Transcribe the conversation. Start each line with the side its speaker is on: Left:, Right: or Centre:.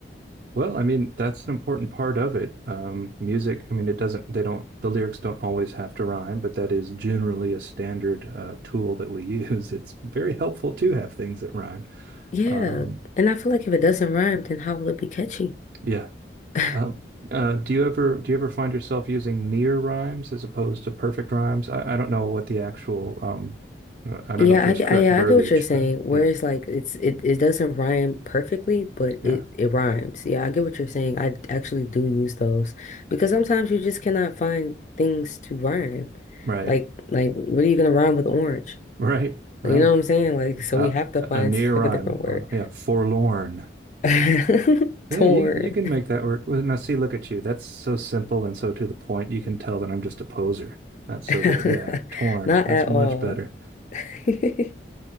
Right: Well, I mean, that's an important part of it. Um, music, I mean, it doesn't, they don't, the lyrics don't always have to rhyme, but that is generally a standard uh, tool that we <laughs> use. It's very helpful to have things that rhyme.
Left: Yeah,
Right: Um,
Left: and I feel like if it doesn't rhyme, then how will it be catchy?
Right: yeah.
Left: <laughs>
Right: Uh, uh, do you ever do you ever find yourself using near rhymes as opposed to perfect rhymes? I, I don't know what the actual um, uh, I don't
Left: Yeah,
Right: know if there's
Left: I, get-
Right: correct
Left: I, yeah,
Right: verbiage,
Left: I get what you're saying.
Right: but
Left: Whereas
Right: yeah,
Left: like it's it, it doesn't rhyme perfectly, but
Right: yeah,
Left: it it rhymes. Yeah, I get what you're saying. I actually do use those because sometimes you just cannot find things to rhyme.
Right: right,
Left: Like like what are you gonna rhyme with orange?
Right: <laughs> right, right.
Left: You know what I'm saying? Like so
Right: Uh,
Left: we have to
Right: a
Left: find
Right: near
Left: <laughs> like
Right: rhyme,
Left: a different word.
Right: uh, yeah, forlorn.
Left: <laughs>
Right: Yeah,
Left: Torn.
Right: you you can make that work. Well, now see, look at you. That's so simple and so to the point. You can tell that I'm just a poser. That's so
Left: <laughs>
Right: good. Yeah, torn.
Left: Not
Right: That's
Left: at
Right: much
Left: all.
Right: better.
Left: <laughs>